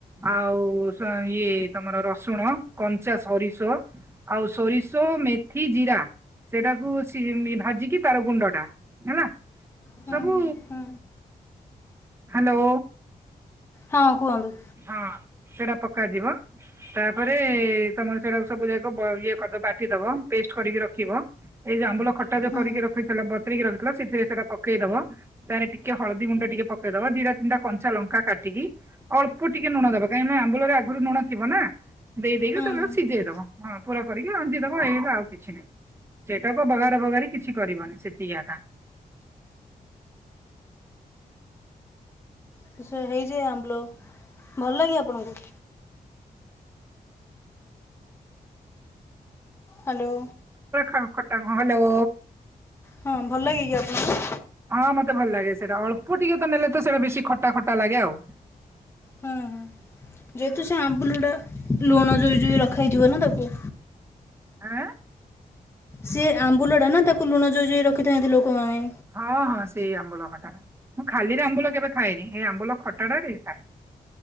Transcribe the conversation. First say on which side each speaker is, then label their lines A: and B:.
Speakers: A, on the right; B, on the left.
A: ଆଉ ଇଏ ତମର ରସୁଣ କଞ୍ଚା ସରିଷ ଆଉ ସୋରିଷ ମେଥି ଜିରା ସେଇଟାକୁ ଭାଜିକି ତାର ଗୁଣ୍ଡ ଟା ହେଲା।
B: ହୁଁ
A: ସବୁ
B: ହୁଁ
A: ହାଲୋ।
B: ହଁ କୁହନ୍ତୁ?
A: ହଁ ସେଟା ପକା ଯିବ। ତାପରେ ତମର ସେରାକୁ ସବୁ ଯାକ ଇଏ କରିଦବ ବାଟିଦବ ପେଷ୍ଟ କରିକି ରଖିବ ଏଇ ଯୋଉ ଆମ୍ବୁଲ ଖଟା ଯୋ
B: ହୁଁ
A: କରିକି ରଖିଥିଲା ବତୁରେକି ରଖିଥିଲ ସେଥିରେ ସେଟା ପକେଇ ଦବ। ତାଣେ ଟିକେ ହଳଦୀ ଗୁଣ୍ଡ ଟିକେ ପକେଇଦବ ଦିଡା ତିନଟା କଞ୍ଚା ଲଙ୍କା କାଟିକି ଅଳ୍ପ ଟିକେ ଲୁଣ ଦେବ କାହିଁ ନା ଆମ୍ବୁରେ ଆଗରୁ ଲୁଣ ଥିବ ନା। ଦେଇ ଦେଇେଇକି
B: ହୁଁ
A: ତାକୁ ସିଝେଇ ଦବ ହଁ ପୁରା କରିକି ରାନ୍ଧିଦବ ଏଇ ଆଉ କିଛି ନାହିଁ। ସେଇଟାକୁ ବଘାରେ ବଗାରି କିଛି କରିବନି ସେତିକି ଏକା।
B: ତ ସେ ହେଇଯାଏ ଆମ୍ବୁଲ ଭଲ ଲାଗେ ଆପଣଙ୍କୁ? ହାଲୋ।
A: ଖାମଟା ହାଲୋ
B: ହଁ ଭଲ ଲାଗେ କି ଆପଣଙ୍କୁ?
A: ହଁ ମତେ ଭଲ ଲାଗେ ସେଇଟା ଅଳ୍ପ ଟିକେ ତ ନେଲେ ତ ସେଟା ବେଶୀ ଖଟା ଖଟା ଲାଗେ ଆଉ। ହ
B: ହୁଁ ହୁଁ ଯେହେତୁ ସେ ଆମ୍ବୁଲଟା ଲୁଣ ଜୋଇ ଜୋଇ ରଖାଇଥିବ ନା ତାକୁ।
A: ଆଁ।
B: ସିଏ ଆମ୍ବୁଲଟା ନା ତାକୁ ଲୁଣ ଯୋଇ ରଖିଥାନ୍ତି ଲୋକମାନେ।
A: ହଁ ହଁ ସେଇ ଆମ୍ବଳ ଖଟାଟା ମୁଁ ଖାଲିରେ ଆମ୍ବୁଲ କେବେ ଖାଇନି ଏଇ ଆମ୍ୱୁଲ ଖଟାଟା ଟିକେ ଖାଏ।